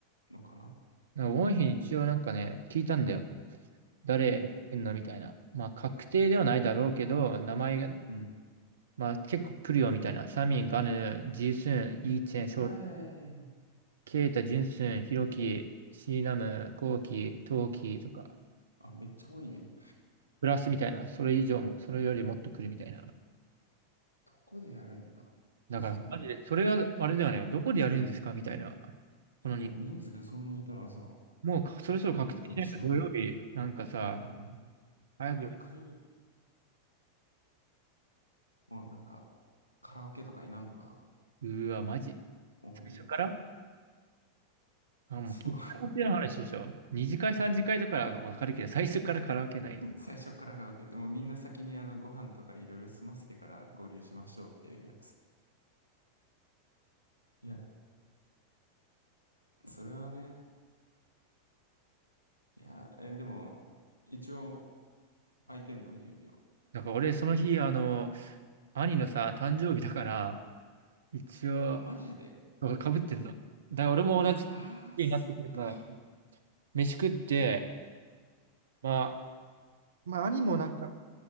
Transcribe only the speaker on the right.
なんか多い日に一応なんかね、聞いたんだよ。誰来んのみたいな。
まあ、確定ではないだろうけど、名前が
まあ結構来るよみたいな。サミン、ガヌ、ジスン、イーチェン、ショウ、
ケイタ、ジュンスン、ヒロキ、シーナム、コウキ、トウキとか、
プラスみたいな。それ以上も、それよりもっと来るみたいな。
だから、マジで、それはあれだよね。どこでやるんですかみたいな。このに、
もうかそろそろ確定しないと土曜日、
なんかさ、
早く、
うわ、マジ。
最初からあ、もう結果っの話でしょ。
二次会、三次会とかはわかるけど、最初からカラオケないよね。
なんか俺、その日、あの、兄のさ、誕生日だから、一応、
そうかぶってんの。だから俺も同じ日になってくるな。
飯食って、まあ、まあ、兄もなんか、